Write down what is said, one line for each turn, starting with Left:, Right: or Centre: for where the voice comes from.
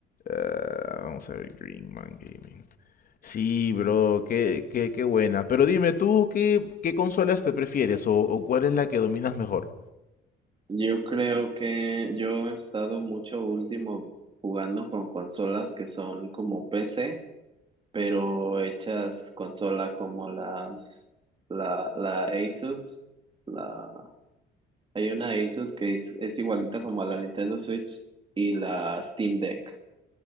Left: ah, vamos a ver, Green Man Gaming. Sí, bro, qué, qué, qué buena. Pero dime, ¿tú qué, qué consolas te prefieres o, o cuál es la que dominas mejor?
Right: Yo creo que yo he estado mucho último jugando con consolas que son como PC, pero hechas consola como las, la, la Asus, la, hay una Asus que es, es igualita como a la Nintendo Switch y la Steam Deck.